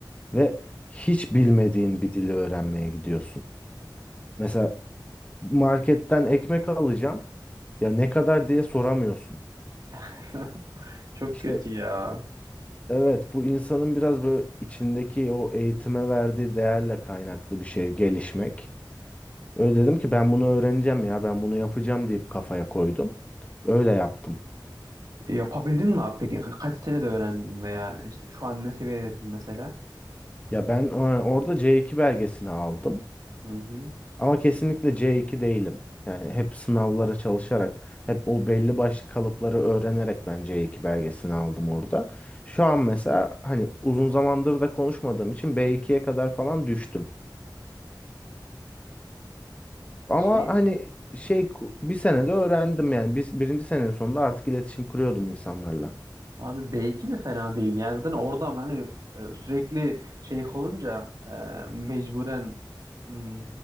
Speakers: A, on the left; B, on the right.
A: ve hiç bilmediğin bir dili öğrenmeye gidiyorsun. Mesela marketten ekmek alacağım. Ya ne kadar diye soramıyorsun.
B: <laughs> Çok
A: İşte
B: kötü ya.
A: evet bu insanın biraz böyle içindeki o eğitime verdiği değerle kaynaklı bir şey gelişmek. Öyle dedim ki ben bunu öğreneceğim ya ben bunu yapacağım deyip kafaya koydum. Öyle yaptım.
B: Yapabildin mi abi peki? Ka- Kaç senede öğrendin veya işte şu an ne seviyedesin mesela?
A: Ya ben e, orada C2 belgesini aldım.
B: Hı hı.
A: Ama kesinlikle C2 değilim. Yani hep sınavlara çalışarak, hep o belli başlı kalıpları öğrenerek ben C2 belgesini aldım orada. Şu an mesela hani uzun zamandır da konuşmadığım için B2'ye kadar falan düştüm. Ama
B: Şey
A: hani şey ku- bir senede öğrendim yani. Biz birinci senenin sonunda artık iletişim kuruyordum insanlarla.
B: abi belki de fena değil. Yani zaten orada hani e, sürekli şey olunca e, mecburen Hmm,